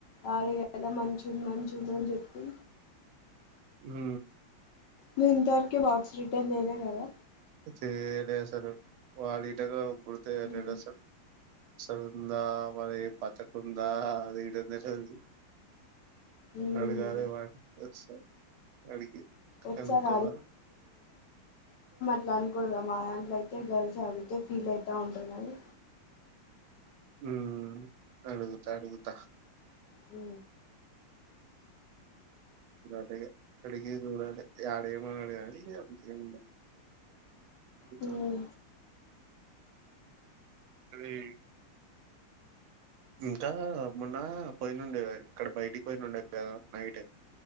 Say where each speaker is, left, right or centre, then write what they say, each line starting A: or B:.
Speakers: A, on the left; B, on the right.
A: ఆరగాలా మంచి మంచిగ ఉందని చెప్పి
B: హు
A: నువ్ ఇంతవరకి బాక్స్ రిటర్న్ చేయలే కదా
B: చేయాలె అసలు వాడు గిట్టా కుడుతే
A: ఉమ్
B: రెడసట్ అస్సలుందా మరి బతికుందా అది గిట్ట తెలువదు
A: ఉమ్
B: అడగాలే వాన్ ఒకసారి అడిగి కనుక్కోవాలి
A: ఒకసారి ఇట్లా అనుకోరు గా మా దాంట్లో అయితే గర్ల్స్ అడుగితే ఫీల్ అవుతూ ఉంటరు గాని
B: హు అడుగుతా అడుగుతా
A: హు
B: అడిగా అడిగే చూడాలే వాడు ఏం అనడు కానీ ఇంగా
A: హ్మ్
B: త అదే ఇంకా మొన్న పోయినండి ఇక్కడ బయటికి పోయినుండే కదా నైట్